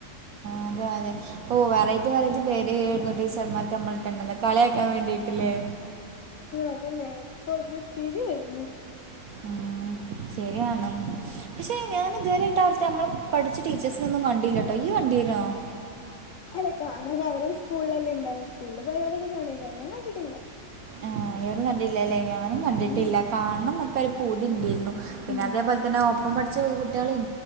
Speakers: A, on the right; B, on the left.
A: അതെ അതെഓ വെറൈറ്റി വെറൈറ്റി പേര്രുന്നു ടീച്ചർമാർക്ക് നമ്മളിട്ടുണ്ട കളിയാക്കാൻ വേണ്ടിയിട്ടില്ലേ
B: അതന്നെ ആ പർമ ചിരി വരുന്നു
A: ഉം ശരിയാണ് പക്ഷെ ഞാൻ ഇതുവരെട്ട് അവിടുത്തെ നമ്മളെ പഠിച്ച ടീച്ചേഴ്സിന ഒന്നും കണ്ടില്ലട്ടോ ഈ കണ്ടിരുന്നോ <inaudible>
B: അല്ല കാണാൻ അവര് സ്കൂളിലല്ലാം ഉണ്ടാവ സ്കൂളിൽ പോയവാലൊക്കെ കാണാര ഞാൻ കണ്ടിട്ടില്ല
A: ആഹ് രും കണ്ടില്ലല്ലേ ഞാനും കണ്ടിട്ടില്ല
B: ഉം
A: കാാരണം പരി പൂതി ഉണ്ടിരുന്നു പിന്നെ
B: ഉം
A: അതേപോലെ തന്നെ ഒപ്പംഠ കു കുട്ടികളെയും